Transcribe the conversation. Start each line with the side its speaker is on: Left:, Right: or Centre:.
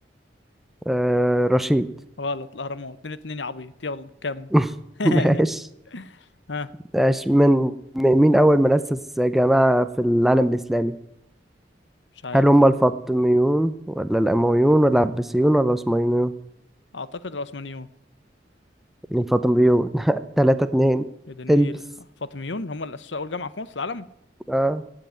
Centre: آه رشيد
Left: غلط الأهرامات اتنين اتنين يا عبيط يلا كمل
Centre: <laughs>
Left: <laughs>
Centre: ماشي
Left: ها
Centre: ماشي من م- مين أول من أسس جماعة في العالم الإسلامي؟
Left: مش عارف
Centre: هل هم الفاطميون ولا الأمويون ولا العباسيون ولا العثمانيون؟
Left: أعتقد العثمانيون
Centre: الفاطميون <laughs> تلاتة اتنين
Left: يا دي النيل
Centre: البس
Left: فاطميون هم اللي أسسوا أول جامعة في مصر العالم
Centre: اه